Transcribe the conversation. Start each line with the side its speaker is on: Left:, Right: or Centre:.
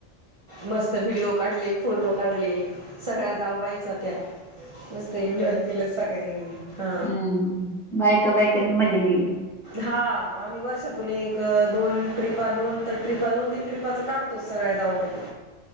Right: मस्त व्हिडिओ काढले, फोटो काढले. सगळ्या जाऊबायच होत्या, मस्त एन्जॉय केलं सगळ्यांनी.. हा
Centre: हम्म बायका -बायकांनी मजा केली
Right: हा.. आम्ही वर्षातून एक.. दोन ट्रीपा दोन तर ट्रिपा दोन तीन ट्रिपाचा काढतोच सगळ्या जाऊबाई